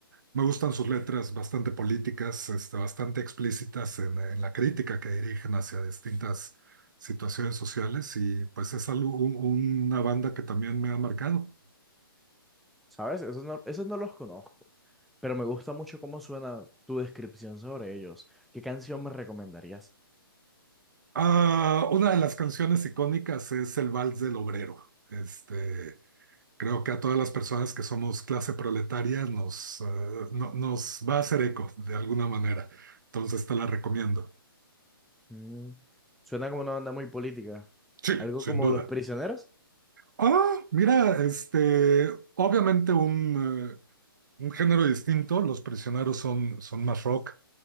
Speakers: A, on the right (about 50°); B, in the centre.
A: Me gustan sus letras bastante políticas, este, bastante explícitas en, en la crítica que dirigen hacia distintas situaciones sociales y pues es algo, un- una banda que también me ha marcado.
B: ¿Sabes? Esos no, esos no los conozco, pero me gusta mucho cómo suena tu descripción sobre ellos. ¿Qué canción me recomendarías?
A: Ah, una de las canciones icónicas es El Vals del Obrero. Este, Creo que a todas las personas que somos clase proletaria nos, eh, no- nos va a hacer eco de alguna manera. Entonces te la recomiendo.
B: Mm, suena como una banda muy política.
A: Sí,
B: ¿Algo
A: sin
B: como
A: duda.
B: Los Prisioneros?
A: Ah, mira, este, obviamente un, eh, un género distinto. Los prisioneros son, son más rock,